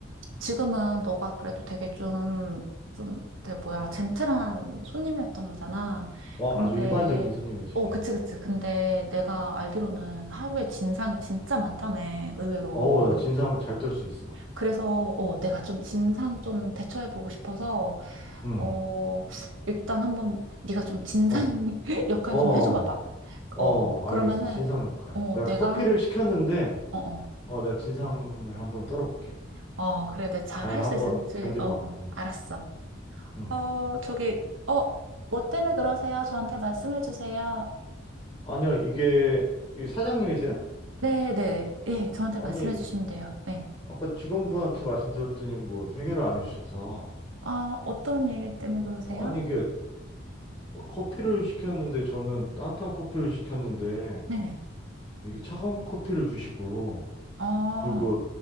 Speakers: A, on the right; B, on the left.
A: 지금은 너가 그래도 되게 좀, 좀, 되게 뭐야, 젠틀한 손님이었던 거잖아.
B: 어,
A: 근데,
B: 아주 일반적인 손님이지
A: 어,
B: 음.
A: 그치, 그치. 근데 내가 알기로는 하루에 진상이 진짜 많다며, 의외로.
B: 어, 나 진상 잘 떨 수 있어
A: 그래서, 어, 내가 좀 진상 좀 대처해보고 싶어서
B: 음,
A: 어, 일단 한번 네가 좀 진상
B: 어,
A: <laughs> 역할
B: 어, 어,
A: 좀 해줘 봐봐.
B: 어,
A: 어, 그러면은
B: 알겠어 진상 역할
A: 어,
B: 내가
A: 내가
B: 커피를
A: 한
B: 시켰는데
A: 어, 어.
B: 어, 내가 진상을 한번 떨어볼게
A: 어, 그래. 내가 잘
B: 잘
A: 할
B: 한번
A: 수 있을지.
B: 견뎌봐
A: 어,
B: 음,
A: 알았어.
B: 음.
A: 어, 저기 어, 뭐 때문에 그러세요? 저한테 말씀해 주세요.
B: 아니요 이게 이 사장님이세요?
A: 네, 네. 예, 저한테
B: 아니
A: 말씀해 주시면 돼요. 네.
B: 아까 직원분한테 말씀드렸더니 뭐 해결을 안 해주셔서
A: 아, 어떤 일 때문에 그러세요?
B: 아니 이게 어, 커피를 시켰는데 저는 따뜻한 커피를 시켰는데
A: 네네.
B: 이게 차가운 커피를 주시고
A: 어,
B: 그리고